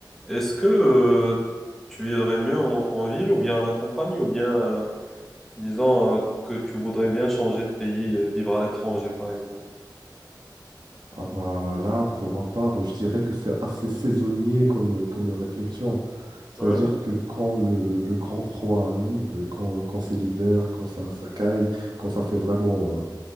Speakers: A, in the centre; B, on the right.
A: Est-ce que euh, tu vivrais mieux en, en ville ou bien à la campagne ou bien euh, disons euh, que tu voudrais bien changer de pays, euh, vivre à l'étranger par exemple?
B: Ah bah là, pour ma part, je dirais que c'est assez saisonnier comme, euh, comme réflexion. C'est-à-dire
A: Ouais.
B: que quand le, le- le grand froid arrive, euh, quand, quand c'est l'hiver, quand ça, ça caille, quand ça fait vraiment, euh,